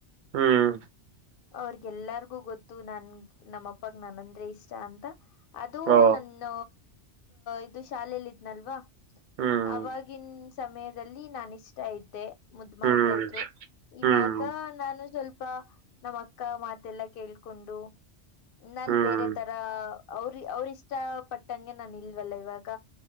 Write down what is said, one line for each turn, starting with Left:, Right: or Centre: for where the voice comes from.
Right: ಹ್ಮ್
Left: ಅವ್ರಗೆಎಲ್ಲಾರ್ಗೂ ಗೊತ್ತು ನನ್ ನಮ್ಮ ಅಪ್ಪಾಗ್ ನನ್ಂದ್ರೆ ಇಷ್ಟ ಅಂತ ಅದು
Right: ಓ
Left: ನನ್ನ ಇದು ಶಾಲೆಯಲ್ಲಿ ಇದ್ನಲ್ವಾ
Right: ಹ್ಮ್
Left: ಆವಾಗಿನ ಸಮಯದಲ್ಲಿ ನಾನ ಇಷ್ಟ ಇದ್ದೆ ಮುದ್ ಮಾಡಾ್ತಾ
Right: ಹ್ಮ್
Left: ಇದ್ರು ಇವಾಗ
Right: ಹ್ಮ್
Left: ನಾನು ಸ್ವಲ್ಪ ನಮ್ಮ್ ಅಕ್ಕ ಮಾತೆಲ್ಲ ಕೇಳ್ಕೊಂಡು ನನ್
Right: ಹ್ಮ್
Left: ಬೇರೆ ತರ ಅವ್ರ ಅವ್ರ ಇಷ್ಟ ಪಟ್ಟಂಗೆ ನಾನ ಇಲ್ವಲ್ಲ ಇವಾಗ